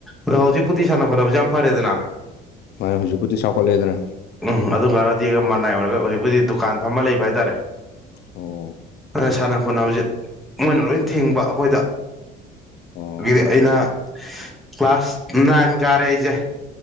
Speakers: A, in the centre; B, on the left.
A: ꯑꯗꯣ ꯍꯧꯖꯤꯛꯄꯨꯗꯤ ꯁꯥꯟꯅ ꯈꯣꯠꯅꯕꯁ ꯌꯥꯝ ꯐꯔꯦꯗꯅ
B: ꯃꯥ ꯍꯧꯖꯤꯛꯄꯨꯗꯤ ꯆꯥꯎꯈꯠꯂꯦꯗꯅ
A: ꯎꯝ ꯑꯗꯨ ꯈꯔꯗꯤ ꯑꯩ ꯃꯅꯥꯏ ꯑꯣꯏꯔꯒ ꯍꯧꯖꯤꯛ ꯑꯩꯈꯣꯏꯗꯤ ꯗꯨꯀꯥꯟ ꯐꯝꯃ ꯂꯩꯕ ꯍꯥꯏꯇꯥꯔꯦ
B: ꯑꯣ
A: ꯁꯥꯟꯅ ꯈꯣꯠꯅꯕꯁꯦ ꯃꯣꯏꯅ ꯂꯣꯏ ꯊꯤꯡꯕ ꯑꯩꯈꯣꯏꯗ
B: ꯑꯣ
A: ꯑꯗꯒꯤꯗꯤ ꯑꯩꯅ ꯀ꯭ꯂꯥꯁ ꯅꯥꯏꯟ ꯀꯥꯔ ꯑꯩꯁꯦ